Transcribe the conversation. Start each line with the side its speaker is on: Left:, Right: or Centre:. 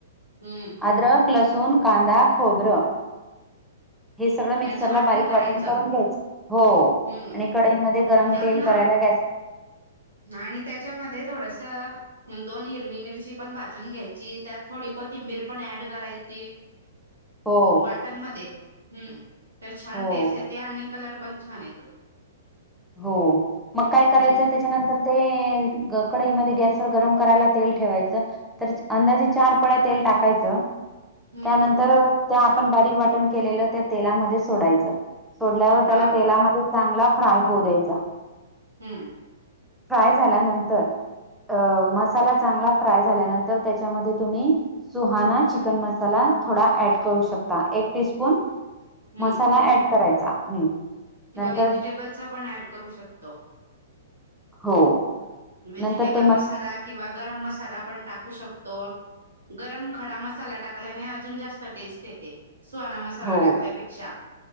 Right: हम्म
Centre: आद्रक लस् सुन, कांदा, खोबरं हे सगळं मिक्सर
Right: याचं
Centre: ला बारीक
Right: करायचं
Centre: वाटण करून घ्यायचं. हो
Right: हम्म
Centre: आणि कढईमध्ये गरम
Right: त्यात
Centre: तेल करायला
Right: ना
Centre: गॅस
Right: आणि त्याच्यामध्ये थोडस हु दोन हिरवी मिरची पण भाजून घ्यायची, त्यात थोडी कोथिंबीर पण ऍड करायची.
Centre: हो
Right: वाटणमध्ये हम्म तर छान
Centre: हो
Right: टेस्ट येते आणि कलर पण छान येतो.
Centre: हो मग काय करायचंय
Right: हम्म
Centre: त्याच्यानंतर? ते ग कढईमध्ये गॅसवर गरम करायला तेल ठेवायचं. तर च अंदाजे चार पळ्या तेल टाकायचं.
Right: हम्म
Centre: त्यानंतर त्या आपण बारीक वाटण केलेल्या त्या तेलामध्ये सोडायचं. सोडल्यावर त्याला
Right: हा
Centre: तेलामध्ये चांगला फ्राय होऊ द्यायचा.
Right: हम्म.
Centre: फ्राय झाल्यानंतर अ मसाला चांगला फ्राय झाल्यानंतर त्याच्यामध्ये तुम्ही सुहाणा चिकन मसाला थोडा ऍट करू शकता एक टीस्पून
Right: हम्म
Centre: मसाला ऍट करायचा हम्म
Right: किंवा
Centre: नंतर
Right: व्हेजिटेबलचा पण ऍड करू शकतो.
Centre: हो.
Right: व्हेजिटेबल
Centre: नंतर ते
Right: मसाला किंवा गरम मसाला पण टाकू शकतो, गरम खडा मसाला टाकल्याने अजून जास्त टेस्ट येते. सुहाना मसाला
Centre: हो
Right: टाकल्यापेक्षा